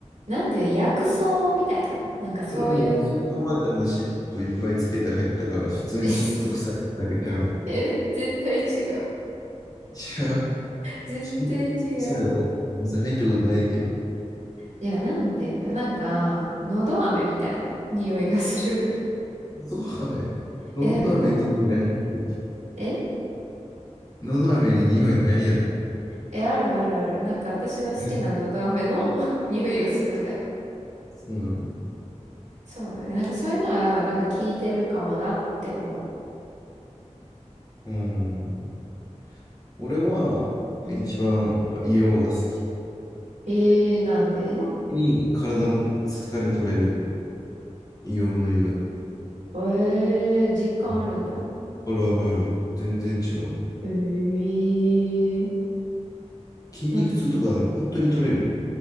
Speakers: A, on the right (about 80°); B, on the left (about 30°).
A: なんていうの、薬草みたいな。なんかそういう
B: それもうおじいちゃんおばあちゃんが湿布いっぱいつけて入ったから、普通に湿布臭いだけちゃうの。
A: <laughs> え、絶対違う。
B: 違う。
A: 絶対違う。
B: しそうだよ。おお店入ったことないけど。
A: いや、なんていうんだ。なんか、のど飴みたいな匂いがする。
B: のど飴のど飴に匂いないって。
A: <laughs> え、だからなん、え
B: のど飴に匂いないやろ。
A: え、あるあるある。なんか私の好きなのど飴の
B: はい
A: <laughs> 匂いがするんだよ。
B: そうなんだ。
A: そうだね。なんかそういうのは、なんか聞いてるかもなって思
B: うん。俺は、
A: う。うん。
B: 一番、やっぱ硫黄が好き。
A: えー、なんで
B: 本当に体の疲れ取れる硫黄の湯が。
A: えー、実感あるんだ。
B: うんあるあるある。全然違う。
A: えー、
B: 筋肉痛とかね、
A: なん、
B: 本当に取れるよ。